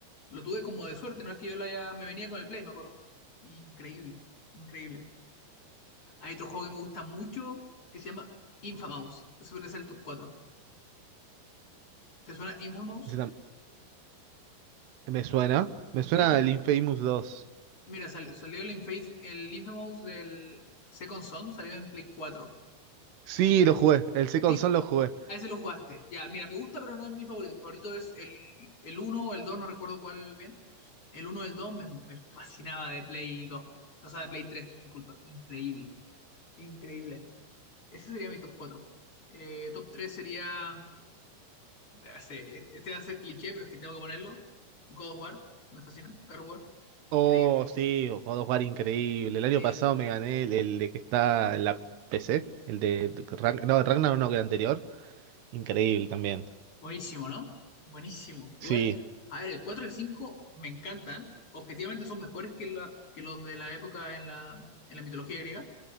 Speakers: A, on the left (about 35°); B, on the right (about 75°).
A: Lo tuve como de suerte, no es que yo lo haya. Me venía con el Play, me acuerdo. Increíble, increíble. Hay otro juego que me gusta mucho que se llama Infamous. Ese podría ser el top cuatro. ¿Te suena Infamous?
B: ese tam- me suena. Me suena
A: Sí, mi-
B: el Infamous dos.
A: mira, salió, salió el, Infamous, el Infamous del Second Son, salió en Play cuatro,
B: Sí,
A: Pero.
B: lo jugué. El Second
A: sí,
B: Son lo jugué.
A: A ese lo jugaste. Ya, mira, me gusta, pero no es mi favorito. Mi favorito es el, el uno o el 2, no recuerdo cuál bien. El uno, o el 2 me, me fascinaba de Play 2. O sea, de Play 3, disculpa. Increíble. Increíble. Ese sería mi top 4. Eh, top 3 sería. Este este va a ser cliché, pero es que tengo que ponerlo. God of War, me fascina. God of War,
B: Oh,
A: increíble.
B: sí, lo puedo jugar increíble. El año
A: Eh,
B: pasado me gané el, el de que está en la PC, el de Ragnar, no, el Ragnar no, que el anterior. Increíble también.
A: Buenísimo, ¿no? Buenísimo. Igual,
B: Sí,
A: a ver, el 4 y el 5 me encantan. Objetivamente son mejores que, la, que los de la época en la, en la mitología griega,